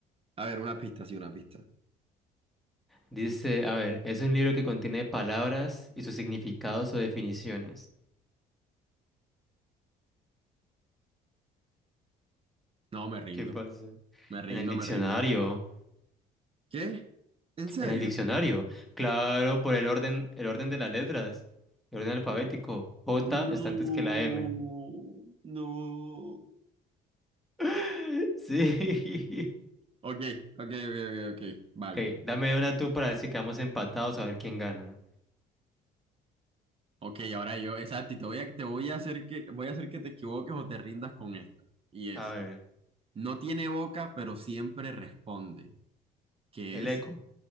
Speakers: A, on the right; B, in the centre.
A: A ver, una pista, sí, una pista.
B: Dice, a ver, es un libro que contiene palabras y sus significados o definiciones.
A: No, me rindo,
B: ¿Qué pasa?
A: me
B: En
A: rindo,
B: el diccionario.
A: me rindo. ¿Qué? ¿En serio?
B: En el diccionario. Claro, por el orden, el orden de las letras. El orden alfabético. J
A: No,
B: está antes que la M.
A: no.
B: <laughs> Sí.
A: Ok, ok, ok, ok, ok, vale.
B: Ok, dame una tú para decir que vamos empatados a ver quién gana.
A: Ok, ahora yo, exacto, y te voy a, te voy a hacer que, voy a hacer que te equivoques o te rindas con esta. Y es,
B: A ver,
A: no tiene boca, pero siempre responde. ¿Qué
B: el
A: es?
B: eco.